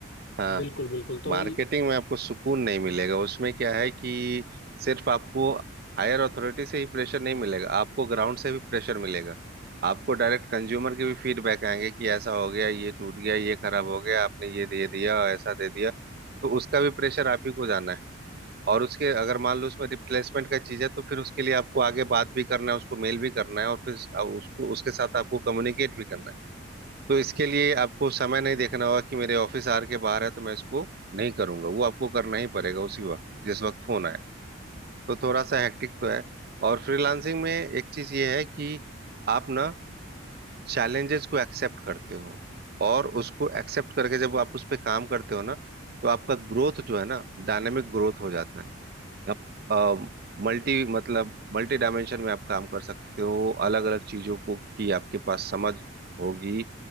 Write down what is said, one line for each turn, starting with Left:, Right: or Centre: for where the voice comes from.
Right: हाँ
Left: बिल्कुल बिल्कुल तो
Right: मार्केटिंग
Left: ये-
Right: में आपको सुकून नहीं मिलेगा उसमें क्या है कि सिर्फ आपको हायर अथॉरिटी से ही प्रेशर नहीं मिलेगा आपको ग्राउंड से भी प्रेशर मिलेगा आपको डायरेक्ट कंज्यूमर के भी फीडबैक आएंगे कि ऐसा हो गया ये टूट गया ये खराब हो गया आपने ये दे दिया ऐसा दे दिया तो उसका भी प्रेशर आप ही को जाना है और उसके अगर मान लो उसमें रिप्लेसमेंट का चीज है तो फिर उसके लिए आपको आगे बात भी करना है उसको मेल भी करना है और फिर उसको उसके साथ आपको कम्युनिकेट भी करना है तो इसके लिए आपको समय नहीं देखना होगा कि मेरे ऑफिस आर के बाहर है तो मैं इसको नहीं करूंगा वो आपको करना ही पड़ेगा उसी वक्त जिस वक्त फोन आए तो थोड़ा सा हेक्टिक तो है और फ्रीलांसिंग में एक चीज ये है कि आप ना चैलेंजेस को एक्सेप्ट करते हो और उसको एक्सेप्ट करके जब आप उस पर काम करते हो ना तो आपका ग्रोथ जो है ना डायनेमिक ग्रोथ हो जाता है आप मल्टी मतलब मल्टी डायमेंशन में आप काम कर सकते हो अलग अलग चीजों को की आपके पास समझ होगी